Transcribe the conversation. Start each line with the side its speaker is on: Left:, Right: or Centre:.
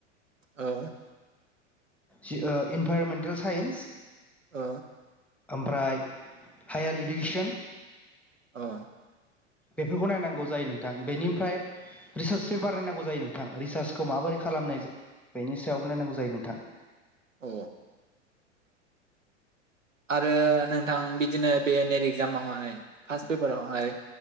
Right: औ
Centre: जि ओ इनभाइरमेन्टेल साइन्स
Right: अ
Centre: आमफ्राय हायार इडुकेसन
Right: औ
Centre: बेफोरखौ नायनांगौ जायो नोंथां बेनिफ्राय रिसार्चसो बारायनांगौ जायो नोंथां रिसार्च खौ माबोरै खालामनाय जायो बेनि सायावबो नायनांगौ जायो नोंथां
Right: अ आरो नोंथां बिदिनो बे नेट एगजामावहाय फार्स्ट पेपारावहाय